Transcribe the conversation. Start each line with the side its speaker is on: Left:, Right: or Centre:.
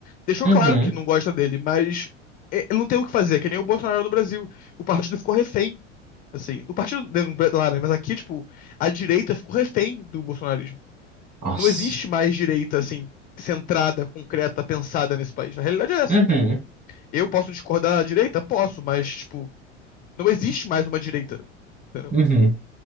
Left: deixou
Right: Uhum.
Left: claro que não gosta dele, mas é, ele não tem o que fazer, que nem o Bolsonaro no Brasil. O partido ficou refém, assim. O partido né, lá, né? Mas aqui, tipo, a direita ficou refém do bolsonarismo.
Right: Nossa.
Left: Não existe mais direita, assim, centrada, concreta, pensada nesse país. A realidade é essa.
Right: Uhum.
Left: Eu posso discordar da direita? Posso, mas, tipo, não existe mais uma direita. entendeu?
Right: Uhum.